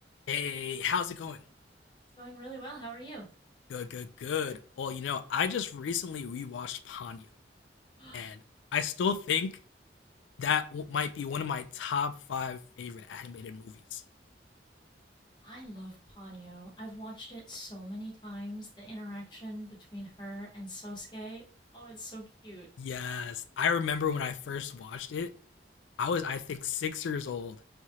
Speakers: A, on the left; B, on the left.
A: Hey, how's it going?
B: It's going really well. How are you?
A: Good, good, good. Well, you know, I just recently rewatched Ponyo,
B: <gasps>
A: and I still think that w- might be one of my top five favorite animated movies.
B: I love Ponyo. I've watched it so many times. The interaction between her and Sosuke. Oh, it's so cute.
A: Yes, I remember when I first watched it, I was, I think, six years old,